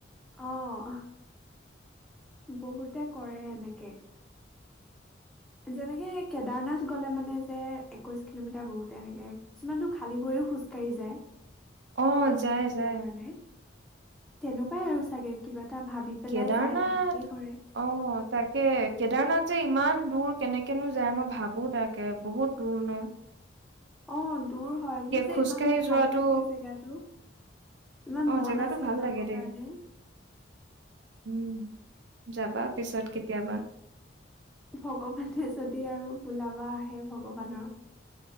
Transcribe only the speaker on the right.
অহ,
যায়,
যায়।
কেদাৰনাথ
অ', তাকে কেদাৰনাথ যে ইমান ইমান দূৰ কেনেকেনো যায় মই ভাবো তাকে বহুত দূৰনো।
খোজকাঢ়ি
যোৱাটো
অ',
জেগাটো
ভাল
লাগে দেই,
উম। যাবা পিছত কেতিয়াবা।